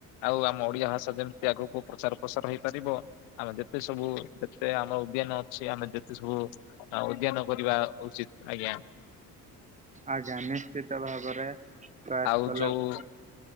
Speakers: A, on the left (about 60°); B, on the right (about 15°).
A: ଆଉ ଆମ ଓଡିଆ ଭାଷା ଯେମିତି ଆଗକୁ ପ୍ରଚାର ପ୍ରସାର ହେଇପାରିବ। ଆମେ ଯେତେ ସବୁ ଯେତେ ଆମ ଉଦ୍ୟାନ ଅଛି। ଆମେ ଯେତେ ସବୁ ଉଦ୍ୟାନ କରିବା ଉଚିତ ଆଜ୍ଞା।
B: ଆଜ୍ଞା ନିଶ୍ଚିତ ଭାବରେ ପ୍ରୟାସ
A: ଆଉ
B: କଲେ
A: ଯୋଉ
B: ଭଲ।